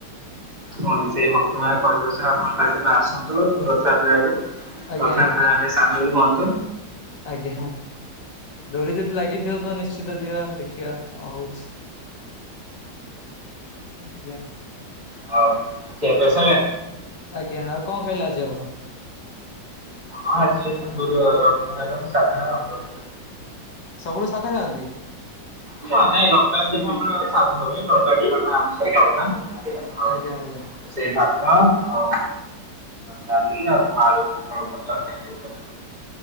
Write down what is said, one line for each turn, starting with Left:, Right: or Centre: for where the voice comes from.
Right: ହ ସେଇ ଭକ୍ତିମୟ ପରିବେଶ ଆପଣ ତା କେବେ ଆସନ୍ତୁ ରଥ ଯାତ୍ରାକୁ
Left: ଆଜ୍ଞା
Right: ରଥଯାତ୍ରାରେ
Left: ଆଜ୍ଞା ଆଜ୍ଞା
Right: ସାମିଲ ହୁହନ୍ତୁ
Left: ଆଜ୍ଞା ଦୋରି ଯଦି ଲାଗିଛି ତ ନିଶ୍ଚିତ ଯିବା ଦେଖିବା କଣ ହଉଛି? <unintelligible>
Right: ହ ସେ <unintelligible> ପ୍ରସାଦ
Left: ଆଜ୍ଞା ଆଉ କଣ କହିଲା ଆଜି ଆପଣ?
Right: ହଁ ଆଜି ଏତ ଗୁରୁବାର ଖାଇବା ସାଧା ଆମର <unintelligible>
Left: ସବୁବେଳେ ସାଧା ଖାଆନ୍ତି
Right: ଉ ହ ନାଇଁ ଲକଡାଉନ ଆମର <unintelligible> <unintelligible> ହ ନ ଆମଷନା ଆଉ
Left: ଆଜ୍ଞା ଆଜ୍ଞା
Right: ସେଇ ଭାବ <unintelligible> ଆଉ ଡାଲି ଆଉ ଆଳୁ ପୋଟଳ ତରକାରି ହେଇଥିଲା।